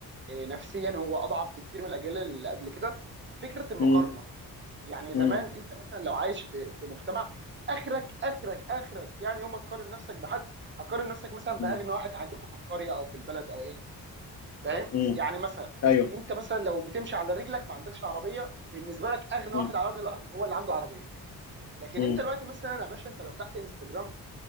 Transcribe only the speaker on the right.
آه، نفسيا هو اضعف بكتير من الاجيال اللي قبل كده فكره المقارنه
يعني زمان
انت مثلا لو عايش في في مجتمع اخرك اخرك اخرك يعني يوم ما تقارن نفسك بحد هتقارن نفسك مثلا
باغنى واحد عندكم في القريه او في البلد او ايا كان فاهم
يعني مثلا
انت مثلا لو بتمشي على رجلك ما عندكش عربيه بالنسبه لك اغنى
واحد على وجه الارض هو اللي عنده عربيه لكن
انت دلوقتي مثلا يا باشا انت لو فتحت انستجرام